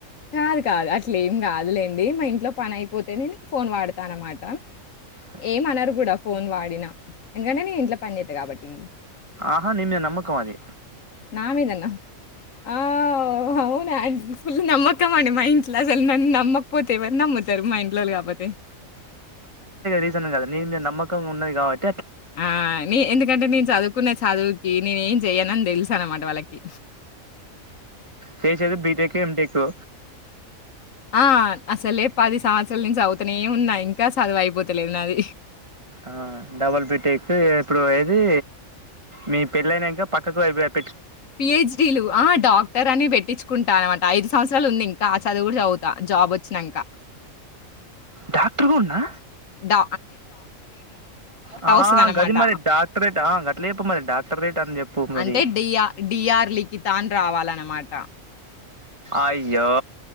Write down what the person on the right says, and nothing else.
అ
ఆహా నిన్ను నమ్మకం మాది
రీసన్ కదా నీమీద నమకం ఉన్నది కావట్టి
చేసది బిటెకు ఎం టేకు
ఆ డబల్ బిటక్ ఎప్పుడు ఏది మీ పెళ్ళనాంకా పక్కకు అభిప్రాయం
డాక్టర్ కూడాన్నా
హా
గది మరి డాక్టరేట్ గట్ల చెప్పు మరి డాక్టరేట్ అని చెప్ పూ మరి
అయో